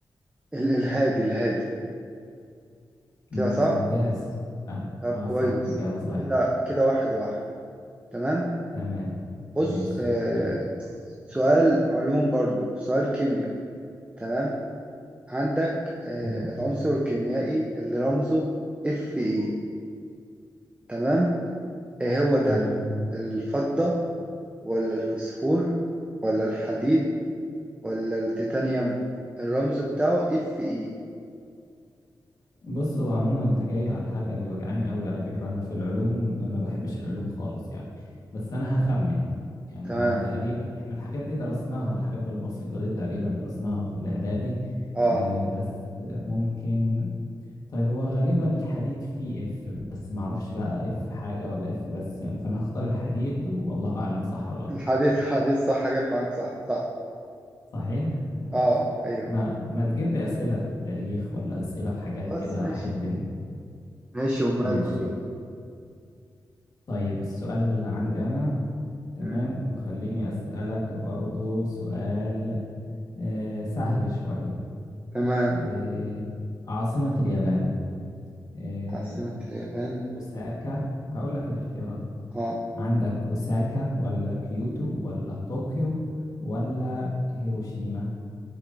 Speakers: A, on the right; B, on the left.
A: ال... الهادي الهادي كده
B: ممتاز
A: صح؟
B: فعلا
A: طب
B: اه
A: كويس
B: صح اجابة صحيحة
A: كده كده واحد واحد تمام
B: تمام
A: بص
B: ماشي
A: آه...
B: يلا
A: سؤال علوم برضو سؤال كيمياء تمام عندك آه،
B: تمام
A: العنصر الكيميائي اللي رمزه اف اي تمام ايه هو ده
B: تمام
A: الفضة ولا الفسفور ولا الحديد ولا التيتانيوم الرمز بتاعه اف اي
B: بص هو عموما انت جاي على الحاجة اللي وجعاني قوي على فكرة انا في العلوم ما بحبش العلوم خالص يعني بس انا هخمن يعني
A: تمام
B: هو تقريبا احنا الحاجات دي درسناها الحاجات البسيطة دي تقريبا درسناها في الاعدادي
A: اه
B: آه، بس آه، ممكن طيب هو غالبا الحديد فيه اف بس ما اعرفش بقى اف حاجة ولا اف بس يعني فانا هختار الحديد والله اعلم صح ولا لا
A: الحديد الحديد صح حاجات معاك صح صح
B: صحيح ماشي
A: اه ايوه
B: ما ما تجيب لي أسئلة في التاريخ ولا أسئلة في حاجات
A: خلاص
B: كده
A: ماشي
B: أحب إن-
A: ماشي ومال
B: ماشي
A: واجيب
B: طيب
A: لك.
B: طيب السؤال اللي عندي أنا تمام
A: مم.
B: وخليني أسألك برضو سؤال آه، سهل شوية
A: تمام
B: آه، عاصمة اليابان آه،
A: عاصمة اليابان
B: أوساكا هقول لك الاختيارات
A: اه
B: عندك أوساكا ولا كيوتو ولا طوكيو ولا هيروشيما